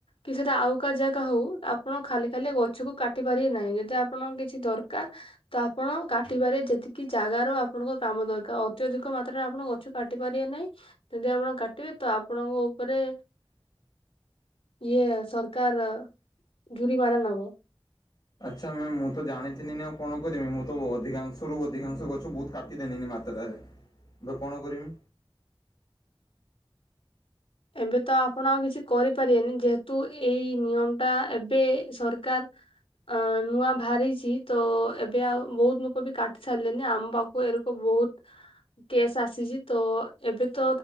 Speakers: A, on the left; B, on the left.
A: କି ସେଇଟା ଆଉ କାହା ଜାଗା ହଉ ଆପଣ ଖାଲି ଖାଲି ଗଛକୁ କାଟି ପାରିବେ ନାହିଁ ଯଦି ଆପଣ କିଛି ଦରକାର ତ ଆପଣ କାଟିପାରିବେ ଯେତିକି ଜାଗ ର ଆପଣଙ୍କ କାମ ଦରକାର ଅତ୍ୟଧିକ ମାତ୍ରାରେ ଆପଣ ଗଛ କାଟି କାଟି ପାରିବେ ନାହିଁ ଯଦି ଆପଣ କାଟିବେ ତ ଆପଣଙ୍କ ଉପରେ ଇଏ ସରକାର ଯୁରି ମାରା ନବ
B: ଆଚ୍ଛା ମ୍ୟାମ୍ ମୁଁ ତ ଜାଣିଥିନି ଆଉ କଣ କରିବି ମୁଁ ତ ଅଧିକଂଶରୁ ଅଧିକାଂଶ ଗଛ ବହୁତ କାଟିଦେନିନି ମେ ସାତଟାରେ ଏବେ କଣ କରିମି?
A: ଏବେ ତ ଆପଣ ଆଉ କିଛି କରିପାରିବେନି ଯେହେତୁ ଏଇ ନିୟମ ଟା ଏବେ ସରକାର ଅ ନୂଆ ବାହାରିଛି ତ ଏବେ ଆଉ ବହୁତ ଲୋକ ବି କାଟି ସାରିଲେନି ଆମ ପାଖକୁ ଏ ରକ ବହୁତ କେସ୍ ଆସିଛି ତ ଏବେ ତ